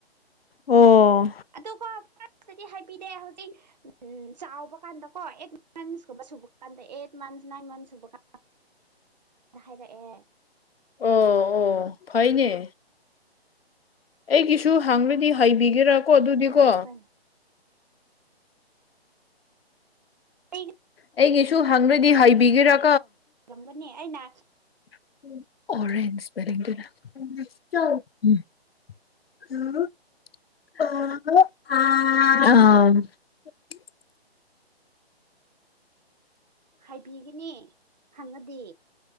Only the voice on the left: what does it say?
ꯑꯣ
ꯑꯣ ꯑꯣ ꯐꯩꯅꯦ ꯑꯩꯒꯤꯁꯨ ꯍꯅꯗꯤ ꯍꯩꯕꯤꯒꯦꯔ ꯀꯣ ꯑꯗꯨꯗꯤꯀꯣ
ꯑꯩꯒꯤꯁꯨ ꯍꯪꯅꯗꯤ ꯍꯥꯏꯕꯤꯒꯦꯔ
ꯑꯣꯔꯦꯟꯖ ꯑꯥ